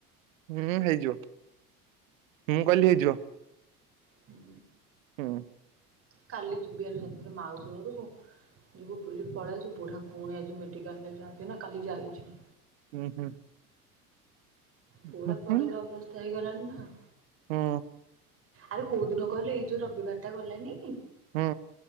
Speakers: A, on the right; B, on the right.
A: ହୁଁ ହେଇଯିବ ମୁଁ କହିଲି ହେଇଯିବ
B: ହୁଁ
A: ହୁଁ
B: କାଲି ଯିବିରେ ଯତଳେ ମାଉସି ଘରକୁ ଯିବୁ ବୁଲି ପଳାଇ ସେ ବୁଢ଼ା ପୁଣି ଆଜି ମେଡ଼ିକାଲରେ ଯ ଆଜି ନା କାଲି ଯାଇଛି
A: ହୁଁ ହୁଁ
B: ପୁରା
A: ହୁଁ
B: ପଡିଲା
A: ହୁଁ
B: ଅବସ୍ଥା ହେଇଗଲାଣି ନା
A: ହୁଁ
B: ଆରେ କୋଉ ଦିନ ଗଲେ ଏଇ ଯୋଉ ରବିବାର ଟା ଗଲାନି
A: ହୁଁ